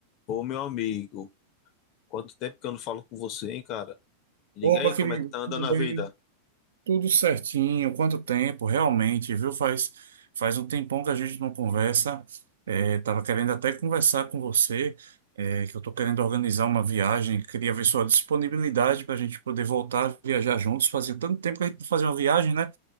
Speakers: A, on the left (about 40°); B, on the right (about 65°).
A: Ô, meu amigo, quanto tempo que eu não falo com você, hein, cara? Me
B: Opa,
A: Diga aí, como
B: querido,
A: é que tá andando
B: tudo bem?
A: a vida?
B: Tudo certinho. Quanto tempo, realmente, viu? Faz, faz um tempão que a gente não conversa. É, tava querendo até conversar com você, é, que eu tô querendo organizar uma viagem. Queria ver sua disponibilidade para a gente poder voltar a viajar juntos. Fazia tanto tempo que a gente não fazia uma viagem, né?